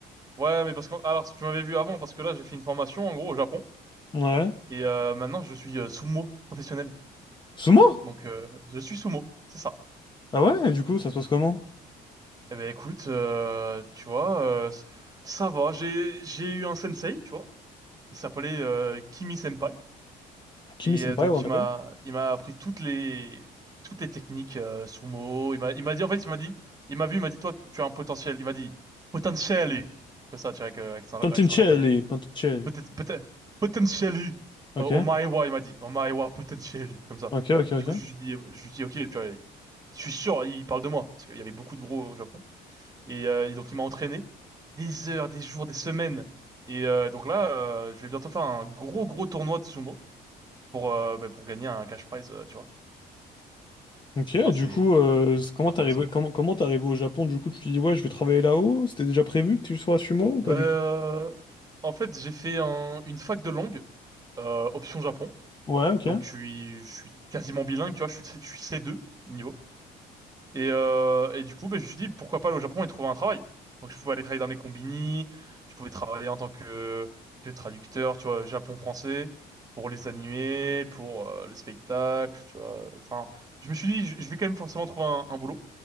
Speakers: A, on the right; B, on the left.
A: ouais, mais parce que, alors, tu m'avais vu avant, parce que là, j'ai fait une formation, en gros, au Japon,
B: Ouais.
A: et euh, maintenant, je suis euh, sumo professionnel.
B: Sumo?
A: Donc, euh, je suis sumo, c'est ça.
B: Ah ouais, et du coup, ça se passe comment?
A: Eh ben, écoute, euh, tu vois, euh, ça va, j'ai, j'ai eu un sensei, tu vois, il s'appelait euh, Kimi Senpai.
B: Kimi
A: Et
B: Senpai,
A: euh, donc
B: on
A: il
B: appelle?
A: m'a il m'a appris toutes les toutes les techniques euh, sumo. Il m'a il m'a dit en fait il m'a dit il m'a vu il m'a dit toi tu as un potentiel. Il m'a dit potentially comme ça tu vois avec euh, accent,
B: Pantincelli,
A: accent japonais.
B: Pantincelli.
A: Peut-être peut-être potentially
B: Ok,
A: euh, omaewa il m'a dit omaewa potentially comme ça.
B: ok, ok, ok.
A: Du coup je lui dis je lui dis ok tu vois je suis sûr il parle de moi parce qu'il y avait beaucoup de gros au Japon et, euh, et donc il m'a entraîné des heures des jours des semaines et euh, donc là euh, je vais bientôt faire un gros gros tournoi de sumo pour, euh, bah, pour gagner un cash prize, euh, tu vois.
B: Ok,
A: Enfin,
B: du
A: c'est
B: coup, euh, c-
A: super
B: comment
A: intéressant,
B: t'es arrivé,
A: quoi.
B: comment, comment t'es arrivé au Japon? Du coup, tu te dis, ouais, je vais travailler là-haut. C'était déjà prévu que tu sois à Sumo ou
A: Bah,
B: pas du
A: euh,
B: tout?
A: en fait, j'ai fait un- une fac de langue, euh, option Japon.
B: Ouais, ok,
A: Donc, je suis, je suis quasiment bilingue, tu vois, je suis, je suis C2 niveau. Et, euh, et du coup, ben, je me suis dit, pourquoi pas aller au Japon et trouver un travail? Donc, je pouvais aller travailler dans les combini, je pouvais travailler en tant que, que traducteur, tu vois, Japon-français, pour les animés, pour euh, le spectacle, tu vois. Enfin, je me suis dit, je, je vais quand même forcément trouver un, un boulot.